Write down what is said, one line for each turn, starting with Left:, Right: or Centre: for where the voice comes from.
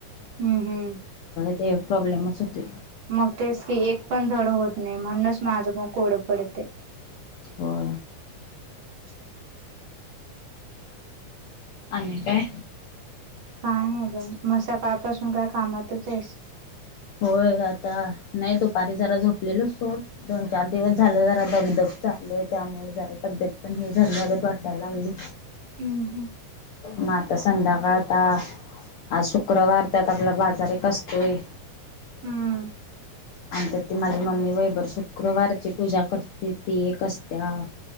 Right: हुं हू
Left: त्यो एक प्रॉब्लेमच हुतय.
Right: मग तेच की एक पण धड होत नाही म्हणूनच माझं मग कोड पडते.
Left: होय.
Right: <inaudible>
Left: आणि काय?
Right: काय नाही ब मग सकाळपासून काय कामातच आहेस.
Left: होय आता नाही दुपारी जरा झोपलेल सोट दोन चार दिवस झाल जरा दगदग. चालय त्यामुळे जरा तब्येत पण हे झाल लागत वाटायलागली.
Right: हम ह!
Left: म आता संध्याकाळ या आज शुक्रवार त्यात आपला बाजार एक असतोय.
Right: हम्म!
Left: आणि त्या ती माझी मम्मी वैभर शुक्रवारची पूजा करते ती एक असत्या.